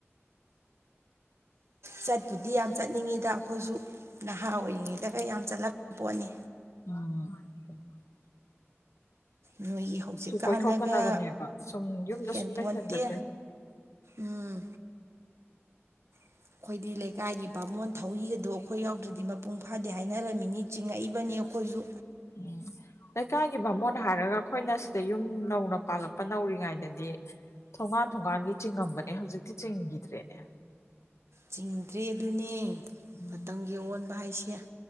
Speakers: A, on the right (about 70°); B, on the left (about 80°).
A: ꯆꯠꯄꯨꯗꯤ ꯌꯥꯝ ꯆꯠꯅꯤꯡꯉꯤꯗ ꯑꯩꯈꯣꯏꯁꯨ ꯅꯍꯥ ꯑꯣꯏꯔꯤꯉꯩꯗꯒ ꯌꯥꯝ ꯆꯠꯂꯛꯄ ꯄꯣꯠꯅꯤ
B: ꯑ
A: ꯅꯣꯏꯒꯤ ꯍꯧꯖꯤꯛꯀꯥꯟꯅꯒ
B: ꯀꯣꯏꯊꯣꯛꯀꯗꯕꯅꯦꯕ ꯁꯨꯝ ꯌꯨꯝꯗ
A: ꯍꯦꯟꯐꯣꯟꯇꯦ
B: ꯁꯨꯝ ꯂꯩꯁꯟꯕꯁꯦ
A: ꯎꯝ ꯑꯩꯈꯣꯏꯗꯤ ꯂꯩꯀꯥꯏꯒꯤ ꯕꯥꯃꯣꯟ ꯊꯧꯔꯤꯒꯗꯣ ꯑꯩꯈꯣꯏ ꯌꯥꯎꯗ꯭ꯔꯗꯤ ꯃꯄꯨꯡ ꯐꯥꯗꯦ ꯍꯥꯏꯅꯔꯝꯃꯤꯅꯤ ꯆꯤꯡꯉꯛꯏꯕꯅꯤ ꯑꯩꯈꯣꯏꯁꯨ
B: ꯎꯝ. ꯂꯩꯀꯥꯏꯒꯤ ꯚꯥꯃꯣꯟ ꯍꯥꯏꯔꯒ ꯑꯩꯈꯣꯏꯅ ꯁꯤꯗ ꯌꯨꯝ ꯅꯧꯅ ꯄꯥꯜꯂꯛꯄ ꯅꯧꯔꯤꯉꯩꯗꯗꯤ ꯊꯣꯡꯒꯥꯟ ꯊꯣꯡꯒꯥꯟꯒꯤ ꯆꯤꯡꯉꯝꯕꯅꯦ ꯍꯧꯖꯤꯛꯇꯤ ꯆꯤꯡꯈꯤꯗ꯭ꯔꯦꯅꯦ
A: ꯆꯤꯡꯗ꯭ꯔꯦ ꯑꯗꯨꯅꯦ
B: ꯎꯝ
A: ꯃꯇꯝꯒꯤ ꯑꯑꯣꯟꯕ ꯍꯥꯏꯁꯦ ꯔ